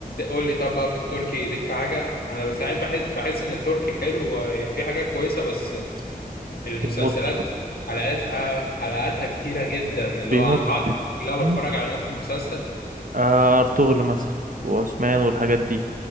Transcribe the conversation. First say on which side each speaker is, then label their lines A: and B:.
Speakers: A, on the left (about 75°); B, on the right (about 60°).
A: قول لي طب بقى في التركي ليك في حاجة أنا ساعات بحس بحس إن التركي حلو وفي حاجات كويسة بس المسلسلات
B: بيموت
A: حلقاتها حلقاتها كتيرة جدا اللي
B: بيموت
A: هو أنا هقعد حياتي كلها
B: امم
A: بتفرج على نفس المسلسل
B: آه ارطغرل مثلا وعثمان والحاجات دي